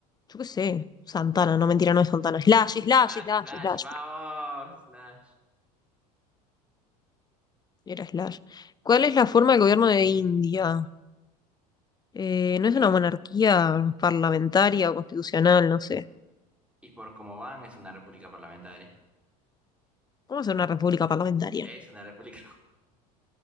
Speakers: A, on the left; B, in the centre.
A: Yo qué sé. Santana, no mentira, no es Santana. Slash, Slash,
B: Slash,
A: Slash,
B: slash,
A: Slash.
B: vamos, slash.
A: Era Slash. ¿Cuál es la forma del gobierno de India? Eh, no es
B: Y,
A: una monarquía parlamentaria o constitucional, no sé.
B: y por cómo van, es una república parlamentaria.
A: ¿Cómo ser una república parlamentaria?
B: Es una república. <laughs>